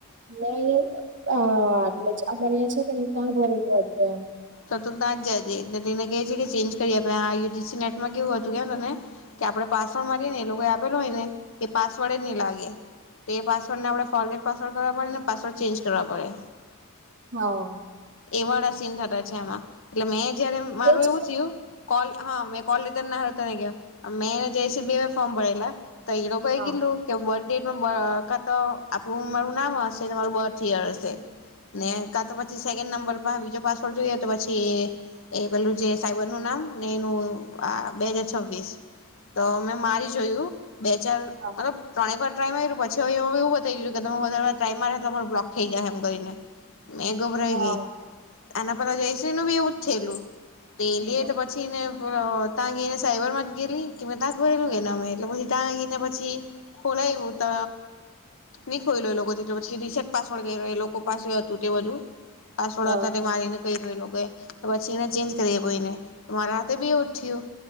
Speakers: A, on the right (about 55°); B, on the left (about 60°).
A: મેં અહિયાં અહહ આટલે જ અમારે અહીંયે છે ને કે ની ત્યાં ભરેલું હતું એમ
B: તા જ જજે ને અને તેને કજે છે કે ચેન્જ કરી આપે આ યુ જી સી નેટમાં કેવું હતું કે મને તે આપણે પાસવર્ડ મારીએે ને એ લોકો આપેલો હોય ને એ પાસવર્ડ જ ની લાગે તે પાસવર્ડ ને આપણે ફોરગેટ પાસવર્ડ કરવો પડે ને પાસવર્ડ ચેન્જ કરવા પડે
A: હા
B: એ વાળા સીન થતા છે આમાં એટલે મેં જયારે મારું
A: એજ
B: એવું
A: ને
B: થયું કોલ હા મેં કોલ લેટર ના હારુ તને કેમ મેં ને જયશ્રી બેવે ફોર્મ ભરેલા તો એ લોકો
A: હા
B: કીધેલું કે બર્થ ડેટ બકા તો આપણું મારું નામ હશે અને મારું બર્થ યર હશે ને કા તો પછી સેકન્ડ નંબર પાહે બીજો પાસવોર્ડ જોઈએ તો પછી એ પેલું જે સાઈબર નું નામ ને એનું આ બે હજાર છવ્વીસ તો મેં મારી જોયું બે ચાર મતલબ
A: હા
B: ત્રણેક વાર ટ્રાય માર્યું પછી હવે એવું બતાવી ગયુ કે તમૅ વધારે ટ્રાય મારે તો બ્લોક થઈ જાય એમ કરીને મેં ગભરાઈ
A: હા
B: ગઈ આના પહેલા જયશ્રીનું બી એવું જ થયેલું તે
A: હા.
B: લે તો પછીને બલો ત્યાં ગીને સાઈબર માં જ ગેલી કે મે ત્યાં ભરેલું ગે ને અમે એટલે પછી ત્યાં ગીને પછી ખોલાવું તો નહી ખોઈ લો એ લોકો પછી રિસેટ પાસવર્ડ એ લોકો પાસે હતું તે બધું પાસવર્ડ
A: હા
B: હતા તે એ પછી એને ચેન્જ કરીને મારા હારે ભી એવું થયું.